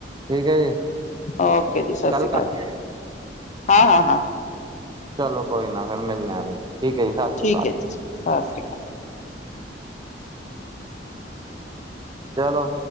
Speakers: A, on the right; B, on the left.
A: ਠੀਕ ਹੈ ਜੀ
B: ਓਕੇ ਜੀ ਸਤਿ
A: ਕੱਲ
B: ਸ੍ਰੀ ਅਕਾਲ
A: ਕਰ
B: ਜੀ, ਹਾਂ- ਹਾਂ -ਹਾਂ
A: ਚਲੋ ਕੋਈ ਨਾ ਫੇਰ ਮਿਲਣੇ ਆ, ਠੀਕ ਹੈ ਜੀ। ਸਤਿ
B: ਠੀਕ
A: ਸ੍ਰੀ ਅਕਾਲ
B: ਹੈ ਜੀ, ਸਤਿ ਸ੍ਰੀ ਅਕਾਲ।
A: ਚਲੋ।